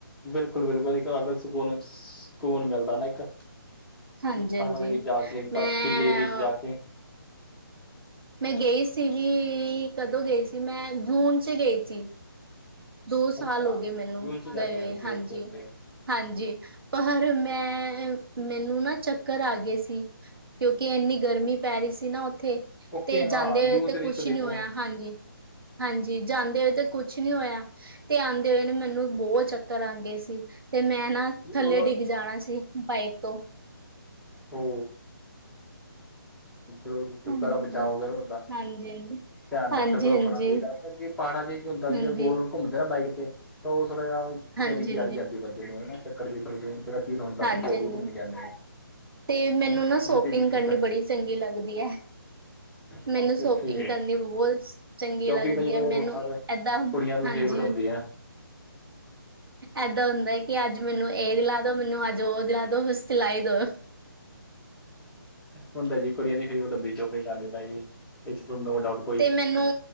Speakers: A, in the centre; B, on the right.
A: ਬੇਲਕੁਲ-ਬੇਲਕੁਲ ਏਕ ਅਲਗ ਸਕੂਨ ਸਾਕੂਨ ਮੇਲਦਾ ਨਾ ਏਕ।
B: ਹਾਂਜੀ
A: ਪਹਾੜਾਂ
B: ਹਾਂਜੀ
A: ਦੇ ਵਿੱਚ ਜਾ ਕੇ
B: ਮੈਂ
A: ਬਰਫ਼ੀ ਏਰੀਏ ਚ ਜਾ ਕੇ
B: ਮੈਂ ਗਈ ਸੀ ਵੀ ਕਦੋਂ ਗਈ ਸੀ ਮੈਂ ਜੂਨ ਚ ਗਈ ਸੀ ਦੋ ਸਾਲ
A: ਅੱਛਾ
B: ਹੋ ਗਏ ਮੈਨੂੰ
A: ਜੂਨ ਚ ਜਾ
B: ਗਏ
A: ਕੇ
B: ਹੋਏ
A: ਆਏ ਤੁਸੀਂ
B: ਹਾਂਜੀ
A: ਓਕੇ ਓਕੇ
B: ਹਾਂਜੀ ਪਰ ਮੈਂ ਮੈਨੂੰ ਨਾ ਚੱਕਰ ਆ ਗਏ ਸੀ ਕਿਉਂਕੀ ਐਨੀ ਗਰਮੀ ਪੈ ਰੀ ਸੀ ਨਾ ਓਥੇ
A: ਓਕੇ
B: ਤੇ
A: ਹਾਂ
B: ਜਾਂਦੇ ਹੋਏ
A: ਜੂਨ
B: ਤੇ
A: ਦੇ ਵਿੱਚ
B: ਕੁਛ
A: ਤਾਂ ਦੇਖੋ
B: ਨੀ ਹੋਏਆ ਹਾਂਜੀ, ਹਾਂਜੀ ਜਾਂਦੇ ਹੋਏ ਤੇ ਕੁਛ ਨੀ ਹੋਏਆ ਤੇ ਆਂਦੇ ਹੋਏ ਨੇ ਮੈਨੂੰ ਬੋ ਚੱਕਰ ਆ ਗਏ ਸੀ ਤੇ ਮੈਂ ਨਾ ਥੱਲੇ
A: ਉਹ
B: ਡੀਗ ਜਾਣਾ ਸੀ ਬਾਈਕ ਤੋਂ
A: ਹੋ ਲੋ <unintelligible> ਸ਼ੁਕਰ
B: ਹਮ।
A: ਆ ਬਚਾ ਹੋ ਗੇ ਢੋਡਾ?
B: ਹਾਂਜੀ ਹਾਂਜੀ
A: ਧੇਆਨ
B: ਹਾਂਜੀ
A: ਰੱਖੇਓ ਕਰੋ
B: ਹਾਂਜੀ
A: ਆਪਣਾ ਕੋਈ
B: ਹਾਂਜੀ।
A: ਗੱਲ ਮਤਲਬ ਜੇ ਪਾੜਾ ਚ ਕੀ ਹੁੰਦਾ
B: ਹਾਂਜੀ
A: ਵੀ ਗੋਲ ਘੁੰਮਦੇ ਨਾ ਬਾਈਕ ਤੇ ਤਾਂ ਉਹ ਥੋੜਾ ਜਿਹਾ
B: ਹਾਂਜੀ
A: ਘੁਮੇਰੀ ਆ ਜਾਂਦੀ ਹੈ ਬੰਦੇ ਨੂੰ ਹਨਾ ਚੱਕਰ ਜੇ ਥੋੜੇ ਜ। ਫਿਰ ਹੁੰਦਾ
B: ਹਾਂਜੀ
A: ਕਿ ਗੋਲ
B: ਹਾਂਜੀ
A: ਘੁੰਮੀ ਜਾਂਦੇ ਹੋ
B: ਤੇ ਮੈਨੂੰ
A: ਹੰਨ
B: ਨਾ ਸ਼ੋਪਿੰਗ
A: ਅਸੀ‌ ਠੀਕ
B: ਕਰਨੀ
A: ਹੈ।
B: ਬੜੀ ਚੰਗੀ ਲੱਗਦੀ ਹੈ।
A: ਹ।
B: ਮੈਨੂੰ
A: ਓਖੀ
B: ਸ਼ੋਪਿੰਗ ਕਰਨੀ
A: ਓ
B: ਬਹੁਤ ਚੰਗੀ
A: ਟੋਪੀ
B: ਲੱਗਦੀ
A: ਤਾਂ ਜਦੋਂ
B: ਹੈ ਮੈਨੂੰ
A: ਹਰ
B: ਏਦਾਂ
A: ਕੁੜੀਆਂ ਤੋਂ
B: ਹਾਂਜੀ
A: ਫੇਵਰੇਟ ਹੁੰਦੀ ਆ। ਹ।
B: ਏਦਾਂ ਹੁੰਦਾ ਹੈ ਕਿ ਅੱਜ ਮੈਨੂੰ ਇਹ ਦਿਲਾ ਦੋ ਮੈਨੂੰ ਅੱਜ ਉਹ ਦਿਲਾ ਦੋ ਬਸ। ਸਲਾਈ ਦ।
A: ਹੁੰਦਾ ਜੀ ਕੁੜੀਆਂ ਦੀ ਫੇਵਰਟ ਡੱਬੀ ਚ। No doubt.
B: ਤੇ ਮੈਨੂੰ